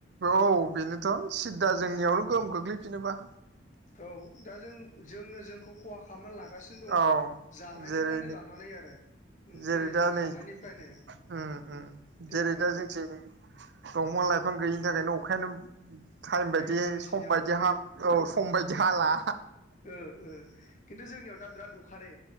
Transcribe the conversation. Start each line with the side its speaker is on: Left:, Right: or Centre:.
Right: औ बेनोथ' सिददा जोंनियावनो
Left: उम
Right: गोहोम खोख्लैफिनोबा।
Left: औ दा जों जोंनो जोंखौ खहा खालामनानै लागोन लागासिनो
Right: औ
Left: दं आरो जानायनिफ्रायनो
Right: जेरै
Left: लानानै आरो उम
Right: जेरै दा
Left: जों
Right: नै
Left: जानायनिफ्रायनो
Right: उम उम
Left: दे
Right: जेरै
Left: बुंलाय
Right: दा
Left: फंबाय
Right: जोंथि दंम फां लाइफां गैयिनि थाखायनो अखायानो टाइम
Left: गैयाबा
Right: बायदियै
Left: नोंसिनियाव
Right: सम बायदि हा औ सम बायदि हाला
Left: ओओ खिन्थु जोंनियाव दा बिराद अखारे